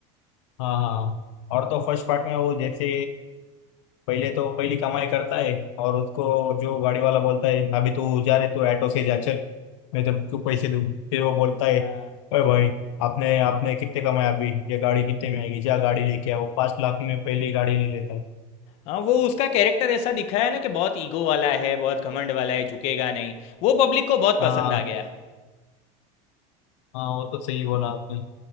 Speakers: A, on the left; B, on the left.
A: हाँ हाँ हाँ। और तो फर्स्ट पार्ट में वो जैसे पहले तो पहली कमाई करता है और उसको जो गाड़ी वाला बोलता है अभी तू जा रहे तो ऑटो से जा चल मैं तेरे को पैसे दूँ फिर वो बोलता
B: हाँ
A: है ओए भाई आपने आपने कितने कमाए अभी ये गाड़ी कितने में आएगी जा गाड़ी लेके आओ पाँच लाख में पहली गाड़ी ले लेता है
B: हाँ, वो उसका कैरेक्टर ऐसा दिखाया ना कि बहुत ईगो वाला है बहुत घमंड वाला है झुकेगा नहीं वो पब्लिक को बहुत
A: हाँ
B: पसंद आ गया
A: हाँ वो तो सही बोला आपने